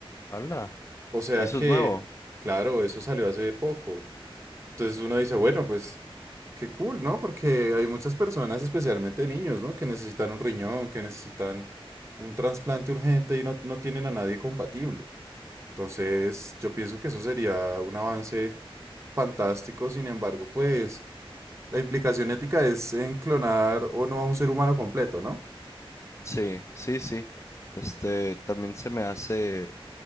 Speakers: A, on the left; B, on the right.
A: Hala.
B: O sea
A: Y eso
B: que,
A: es nuevo.
B: claro, eso salió hace poco. Entonces uno dice, bueno, pues qué cool, ¿no? Porque hay muchas personas, especialmente niños, ¿no? Que necesitan un riñón, que necesitan un trasplante urgente y no, no tienen a nadie compatible. Entonces yo pienso que eso sería un avance fantástico. Sin embargo, pues la implicación ética es en clonar o no a un ser humano completo, ¿no?
A: Sí, sí, sí. Este, también se me hace,